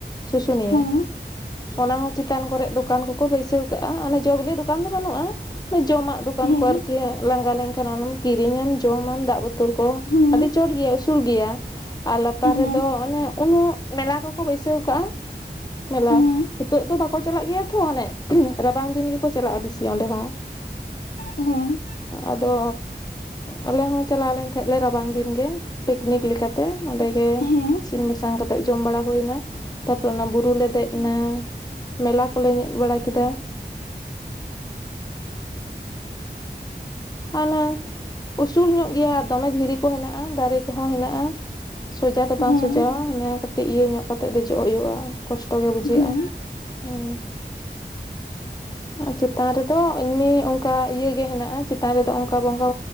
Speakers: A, on the left (about 20°); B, on the left (about 65°).
A: ᱥᱩᱥᱩᱱᱤᱭᱟᱹ᱾
B: ᱦᱮᱸ
A: ᱚᱱᱟ ᱦᱚᱸ ᱪᱮᱛᱟᱱ ᱠᱚᱨᱮᱜ ᱫᱚᱠᱟᱱ ᱠᱚᱠᱚ ᱵᱟᱹᱭᱥᱟᱹᱣ ᱠᱟᱜᱼᱟ᱾ ᱚᱱᱟ ᱡᱚᱵᱤᱞᱤ ᱫᱚᱠᱟᱱ ᱫᱚ ᱵᱟᱹᱱᱩᱜᱼᱟ᱾ ᱚᱱᱮ ᱡᱚᱢᱟᱜ ᱫᱚᱠᱟᱱ
B: ᱦᱮᱸ
A: ᱠᱚ ᱟᱨᱠᱤ ᱞᱟᱸᱜᱟ ᱞᱮᱱᱠᱷᱟᱱ ᱚᱱᱟᱢ ᱠᱤᱨᱤᱧᱟᱢ ᱡᱚᱢᱟᱢ ᱫᱟᱜ ᱵᱛᱚᱞ ᱠᱚ
B: ᱦᱮᱸ
A: ᱟᱹᱰᱤ ᱪᱚᱴ ᱜᱮᱭᱟ ᱩᱥᱩᱞ ᱜᱮᱭᱟ ᱟᱨ ᱞᱟᱛᱟᱨ
B: ᱦᱮᱸ
A: ᱨᱮᱫᱚ ᱚᱱᱮ ᱩᱱᱟᱹᱜ ᱢᱮᱞᱟ ᱠᱚᱠᱚ ᱵᱟᱹᱭᱥᱟᱹᱣ ᱠᱟᱜᱼᱟ ᱢᱮᱞᱟ
B: ᱦᱮᱸ
A: ᱦᱤᱛᱚᱜ ᱫᱚ ᱵᱟ ᱠᱚ ᱪᱟᱞᱟᱜ ᱜᱮᱭᱟ ᱛᱚ ᱚᱱᱮ ᱨᱟᱵᱟᱝ ᱫᱤᱱ ᱜᱮ ᱠᱚ ᱪᱟᱞᱟᱜᱼᱟ ᱵᱤᱥᱤ ᱚᱸᱰᱮ ᱦᱚᱸ᱾
B: ᱦᱮᱸ
A: ᱟᱫᱚ ᱟᱞᱮ ᱦᱚᱸ ᱪᱟᱞᱟᱣ ᱞᱮᱱ ᱛᱟᱦᱮᱸᱫ ᱞᱮ ᱨᱟᱵᱟᱝ ᱫᱤᱱ ᱜᱮ᱾ ᱯᱤᱠᱱᱤᱠ ᱞᱮᱠᱟᱛᱮ ᱚᱸᱰᱮᱜ ᱜᱮ
B: ᱦᱮᱸ
A: ᱤᱥᱤᱱ ᱵᱟᱥᱟᱝ ᱠᱟᱛᱮᱫ ᱡᱚᱢ ᱵᱟᱲᱟ ᱦᱩᱭ ᱮᱱᱟ᱾ ᱛᱟᱯᱚᱨᱮ ᱚᱱᱟ ᱵᱩᱨᱩ ᱞᱮ ᱫᱮᱡ ᱮᱱᱟ ᱢᱮᱞᱟ ᱠᱚᱞᱮ ᱧᱮᱡ ᱵᱟᱲᱟ ᱠᱮᱫᱟ᱾ ᱦᱟᱱᱟ ᱩᱥᱩᱞ ᱧᱚᱜ ᱜᱮᱭᱟ ᱫᱚᱢᱮ ᱫᱷᱤᱨᱤ ᱠᱚ ᱦᱮᱱᱟᱜᱼᱟ, ᱫᱟᱨᱮ ᱠᱚ ᱦᱚᱸ ᱦᱮᱱᱟᱜᱼᱟ, ᱥᱚᱡᱟ ᱫᱚ ᱵᱟᱝ
B: ᱦᱮᱸ ᱦᱮᱸ
A: ᱥᱚᱡᱟᱣᱟ ᱢᱟᱱᱮ ᱠᱟᱹᱴᱤᱡ ᱤᱭᱟᱹ ᱧᱚᱜ ᱠᱟ ᱠᱟᱛᱮᱫ ᱫᱮᱡᱚᱜ ᱦᱩᱭᱩᱜᱼᱟ ᱠᱚᱥᱴᱚ ᱜᱮ ᱵᱩᱡᱷᱟᱹᱜᱼᱟ᱾
B: ᱦᱮᱸ
A: ᱦᱩᱸ ᱟᱨ ᱪᱮᱛᱟᱱ ᱨᱮ ᱫᱚ ᱮᱢᱱᱤ ᱚᱱᱠᱟ ᱤᱭᱟᱹ ᱜᱮ ᱦᱮᱱᱟᱜ ᱟ᱾ ᱪᱮᱛᱟᱱ ᱨᱮ ᱫᱚ ᱚᱱᱠᱟ ᱵᱚᱸᱜᱟ